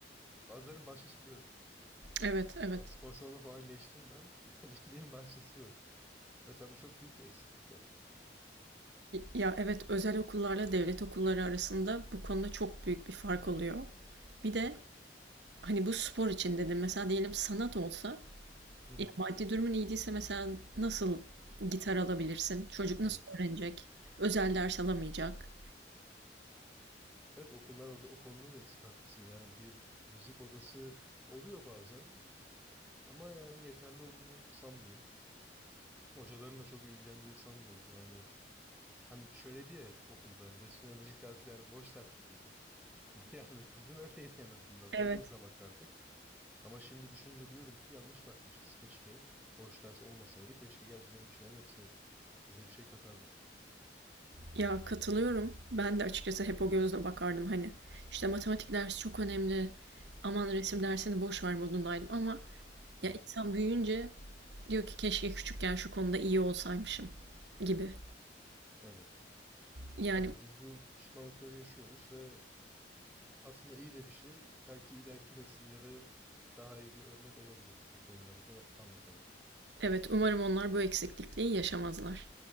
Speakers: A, in the centre; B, on the right (about 70°).
A: bazılarının bahçesi bile yok.
B: Evet, evet.
A: Yani spor salonu falan geçtim ben. <laughs> Bildiğim bahçesi yok. Mesela bu çok büyük bir eksiklik bence.
B: Ya evet özel okullarla devlet okulları arasında bu konuda çok büyük bir fark oluyor. Bir de
A: Evet.
B: hani bu spor için dedim mesela diyelim sanat olsa
A: Hı hı.
B: ya maddi durumun iyi değilse mesela nasıl gitar alabilirsin? Çocuk
A: Evet.
B: nasıl öğrenecek? Özel ders alamayacak.
A: Evet okullar orada o konuda da eksik haklısın. Yani bir müzik odası oluyor bazen ama yani yeterli olduğunu sanmıyorum. Hocaların da çok ilgilendiğini sanmıyorum. Yani Hani şöyle diyor hep okulda resim ve müzik dersi yani boş ders gibiydi. <laughs> Yani bizim öyleydi en azından.
B: Evet.
A: O gözle bakardık. Ama şimdi düşününce diyorum ki yanlış bakmışız. Keşke boş ders olmasaydı. Keşke gerçekten bir şeyler yapsaydık. Bize bir şey katardı çünkü.
B: Ya katılıyorum. Ben de açıkçası hep o gözle bakardım hani. İşte matematik dersi çok önemli. Aman resim dersini boş ver modundaydım ama ya
A: Hı hı.
B: insan büyüyünce diyor ki keşke küçükken şu konuda iyi olsaymışım gibi.
A: Evet.
B: Yani
A: Tabii biz bu pişmanlıkları yaşıyoruz ve aslında iyi de bir şey. Belki ileriki nesillere daha iyi bir örnek olabiliriz bu konuları da anlatarak.
B: Evet, umarım onlar bu eksiklikliği yaşamazlar.